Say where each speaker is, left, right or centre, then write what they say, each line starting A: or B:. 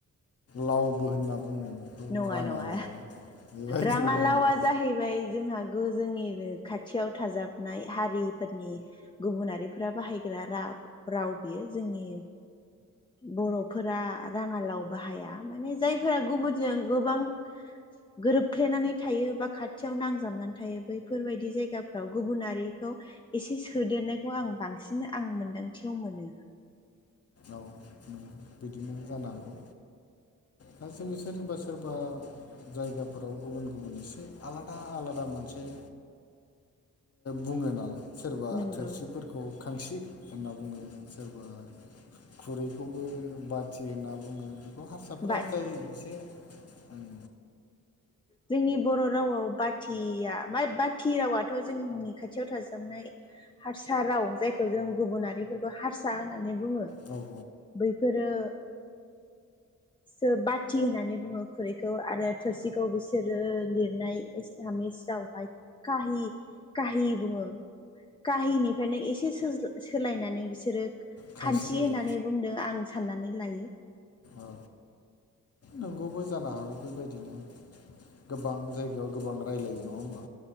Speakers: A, on the left (about 50°); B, on the left (about 15°).
A: लावबो होनना बुङो।
B: नङा
A: राङा
B: नङा
A: लाव बेबायदिबो
B: राङा
A: बुङो
B: लावा जाहैबाय जोंहा गो- गो जोंनिनो खाथियाव थाजाबनाय हारिफोरनि गुबुनारिफोरा बाहायग्रा रा राव बियो जोंनि बर'फोरा राङालाव बाहाया माने जायफोरा गुबुन जों गोबां गोरोबफ्लेनानै थायो बा खाथियाव नांजाबनानै थायो बैफोरबायदि जायगाफ्राव गुबुनारिखौ एसे सोदेरनायखौ आं बांसिन आं मोन्दांथियाव मोनो।
A: औ उम <unintelligible> बिदिनो जानो हागौ दा जोंनि सोरनिबा सोरबा जायगाफोराव गुबुन गुबुन एसे आलादा आलादा मोनसे बुङो नालाय सोरबा
B: नोंगौ
A: थोरसिफोरखौ खांसि होनना बुङो सोरबा खुरैखौबो बाथि होनना बुङो बेखौ हारसा फोरा
B: बाट
A: जाय एसे उम
B: जोंनि बर' रावाव बाथिया मा बाथि रावाथ' जोंनि खाथियाव थाजाबनाय हारसा राव जायखौ जों गुबुनारिफोरखौ हारसा होननानै बुङो।
A: औ औ
B: बैफोरो ओ बाथि होननानै बुङो खुरैखौ आरो थोरसिखौ बिस लिरनाय असामीस हाय काहि काहि बुङो काहिनिफ्रायनो एसे सोलायनानै बिसोरो
A: खांसि
B: खान्थि
A: जादों
B: होननानै बुंदों आं साननानै लायो।
A: औ नोंगौबो जानो हागौ बेबायदिनो। गोबां जायगायाव गोबां राय्लायो नङा होमबा।